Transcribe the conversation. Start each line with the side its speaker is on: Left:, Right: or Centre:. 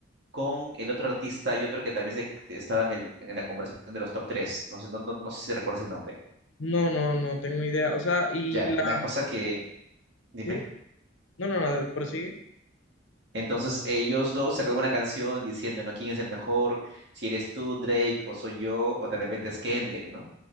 Right: con el otro artista y otro que también se, que estaba en, el, en la conversación de los top tres, no sé, no, no, no sé si recuerdas el nombre.
Left: no, no, no tengo idea. O sea, y
Right: Ya,
Left: la...
Right: la cosa que, dime.
Left: Sí, no, no, no, prosigue.
Right: Entonces ellos dos sacan una canción diciendo, ¿no? ¿Quién es el mejor? Si eres tú, Drake, o soy yo, o de repente es Kendrick, ¿no?